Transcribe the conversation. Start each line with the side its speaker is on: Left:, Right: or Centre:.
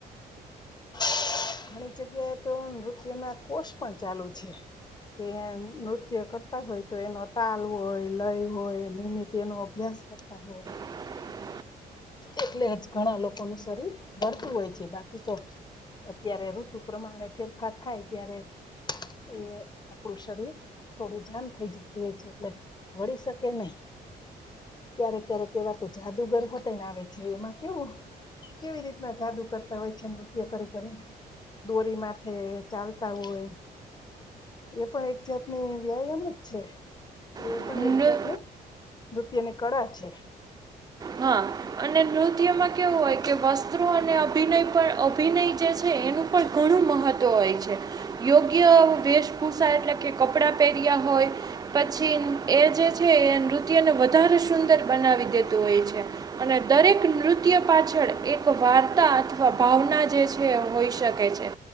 Left: <unintelligible> ઘણી જગ્યાએ તો રૂપિયા ના કોષ પણ ચાલુ છે. કે નૃત્ય કરતા હોય તો એનો તાલ હોય લય હોય નિમિત્ત એનો અભ્યાસ કરતા હોય.
Right: હા
Left: એટલે જ ઘણા લોકોનું શરીર ભરતું હોય છે બાકી તો અત્યારે ઋતુ પ્રમાણે ફેરફાર થાય ત્યારે એ આપણું શરીર થોડું જામ થઈ જતું હોય છે એટલે વળી શકે નહી. ક્યારેક ક્યારેક એવા તો જાદુગર હોતા ને આવે છે એમાં કેવું કેવી રીતના જાદુ કરતા હોય છે નૃત્ય કરી કરીને. દોરી માથે ચાલતા હોય. એ પણ એક જાતની વ્યાયામ જ છે એ
Right: નૃ
Left: પણ એક જાતની નૃત્યની કળા છે.
Right: હા અને નૃત્યમાં કેવું હોય કે વસ્ત્રો અને અભિનય પણ અભિનય જે છે એનું પણ ગુણ ઘણું મહત્વ હોય છે યોગ્ય વેશભૂષા એટલે કે કપડા પહેર્યા હોય. પછી એ જે છે એ નૃત્યને વધારે સુંદર બનાવી દેતું હોય છે. અને દરેક નૃત્ય પાછળ એક વાર્તા અથવા ભાવના જે છે હોઈ શકે છે